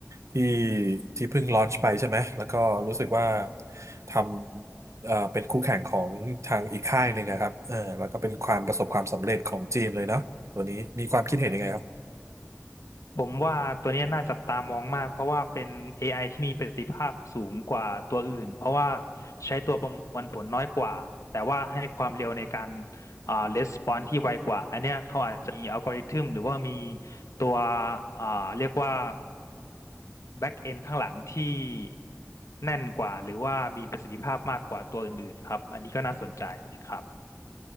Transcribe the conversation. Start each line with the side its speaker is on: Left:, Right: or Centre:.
Right: ที่ที่เพิ่งลอนช์ไปใช่ไหมแล้วก็รู้สึกว่าทำเอ่อเป็นคู่แข่งของทางอีกค่ายหนึ่งอะครับเออแล้วก็เป็นความประสบความสำเร็จของจีนเลยเนาะตัวนี้มีความคิดเห็นยังไงครับ
Left: ผมว่าตัวเนี้ยน่าจับตามองมากเพราะว่าเป็น AI ที่มีประสิทธิภาพสูงกว่าตัวอื่นเพราะว่าใช้ตัวประมวลผลน้อยกว่าแต่ว่าให้ความเร็วในการอ่า response ที่ไวกว่าอันเนี้ยเขาอาจจะมีอัลกอริทึมหรือว่ามีตัวอ่าเรียกว่า back end ข้างหลังที่แน่นกว่าหรือว่ามีประสิทธิภาพมากกว่าตัวอื่นๆครับอันนี้ก็น่าสนใจครับ